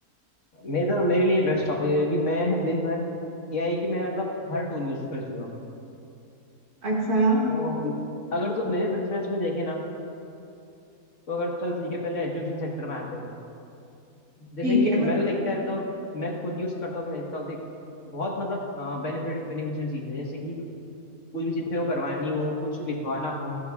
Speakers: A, on the left; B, on the right.
A: मैं तो मेरे लिए बेस्ट टॉपिक है क्योंकि मैं दिन भर यह है कि मैं मतलब हर टूल यूज कर चुका हूँ
B: अच्छा
A: वो अगर तुम मेरे प्रेफरेंस में देखे ना तो अगर चल ठीक है पहले एजुकेशन सेक्टर में आते हैं जैसे
B: ठीक
A: कि
B: है
A: मैं तो देखता रहता हूँ मैं खुद यूज करता हूँ मैं देखता हूँ देख बहुत मतलब बेनिफिट बेनिफिशियल चीज है जैसे कि कुछ भी चीज से वो करवानी हो कुछ लिखवाना हो